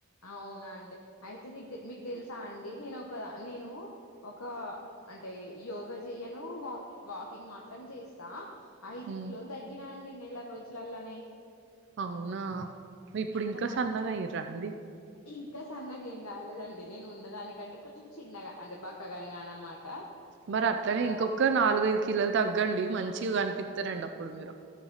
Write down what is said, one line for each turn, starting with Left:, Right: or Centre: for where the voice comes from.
Left: అవునా అండి అయితే నీకు మీకు తెలుసా అండి నేను ఒక నేను ఒక అంటే యోగా చెయ్యను వా వాకింగ్ మాత్రం చేస్తా ఐదు
Right: ఉమ్,
Left: కిలోలు తగ్గి గిన అండి నెల రోజులల్లనే
Right: అవునా ఇప్పుడు
Left: ఎంత
Right: ఇంకా
Left: మం
Right: సన్నగా అయ్యరా అండి
Left: ఇంకా సన్నగా ఏం కాలేదండి నేను ఉన్న దానికంటే కొంచెం చిన్నగా అంటే బక్కగా అయినా అన్నమాట
Right: మరి అట్లనే
Left: ఇగ
Right: ఇంకొక నాలుగైదు కిలోలు తగ్గండి మంచి కనిపిస్తారండి అప్పుడు మీరు